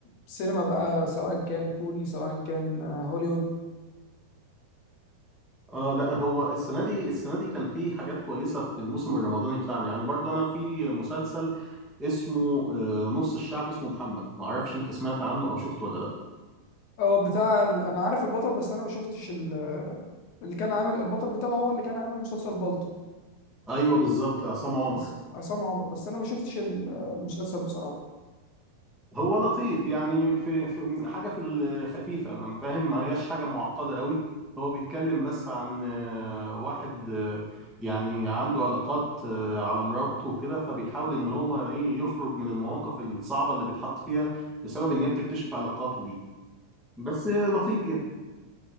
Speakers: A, on the left (about 65°); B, in the centre.
A: السينما بقى سواء كان كوري سواء كان آه، هوليوود
B: اه لا هو السنه دي السنه دي كان في حاجات كويسه في الموسم الرمضاني بتاعنا يعني برضه انا في مسلسل اسمه آه، نص الشعب اسمه محمد ما اعرفش انت سمعت عنه او شفته ولا لا
A: اه بتاع ال... انا عارف البطل بس انا ما شفتش ال... اللي كان عامل البطل بتاعه هو اللي كان عامل مسلسل بالطو
B: ايوه بالظبط عصام عمر
A: بس عصام عمر بس انا ما شفتش ال- المسلسل بصراحة
B: هو لطيف يعني في, في حاجه في الخفيفه فاهم ما هياش حاجه معقده قوي هو بيتكلم بس عن آه، واحد آه، يعني عنده علاقات آه، على مراته وكده فبيحاول ان هو ايه يخرج من المواقف الصعبه اللي بيتحط فيها بسبب ان هي بتكتشف علاقاته دي بس آه، لطيف يعني